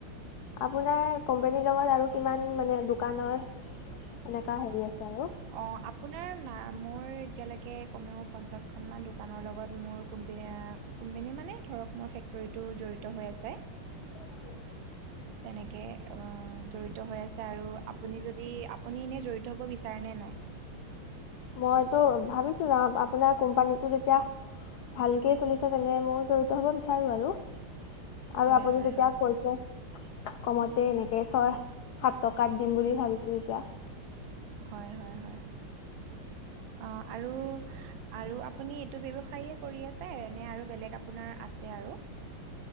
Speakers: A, on the left (about 80°); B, on the right (about 70°).
A: আপোনাৰ কোম্পানীৰ লগত আৰু কিমান মানে দোকানৰ এনেকুৱা হেৰি আছে আৰু
B: অ আপোনাৰ না মোৰ এতিয়ালৈকে কমেও পঞ্চাছখনমান দোকানৰ লগত মোৰ কোম্পেনী কোম্পানী মানে ধৰক মোৰ ফেক্টৰীটো জড়িত হৈ আছে।
A: উ <unintelligible>
B: তেনেকে, অ' জড়িত হৈ আছে আৰু আপুনি যদি আপুনি এনে জড়িত হ'ব বিচাৰেনে নাই।
A: মইতো ভাবিছো ন আপোনাৰ কোম্পানীটো যেতিয়া ভালকে চলিছে তেনে মই জড়িত হ'ব বিচাৰো আৰু।
B: হয়
A: আৰু আপুনি
B: হয়
A: যেতিয়া
B: হয়
A: কৈছে কমতে এনেকে ছয় সাত টকাত দিম বুলি ভাবিছো তেতিয়া
B: হয় হয় হয় অ আৰু আৰু আপুনি এইটো ব্য্য়ৱসায়ে কৰি আছে নে আৰু বেলেগ আপোনাৰ আছে আৰু <inaudible>